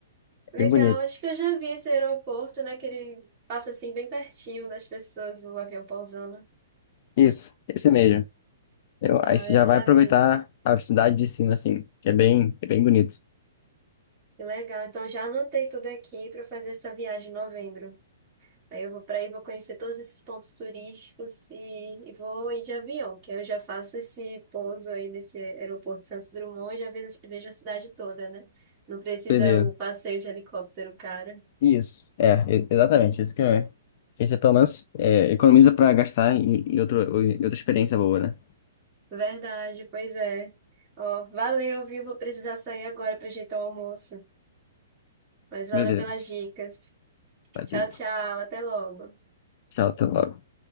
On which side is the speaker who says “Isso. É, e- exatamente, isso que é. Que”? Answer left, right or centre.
Left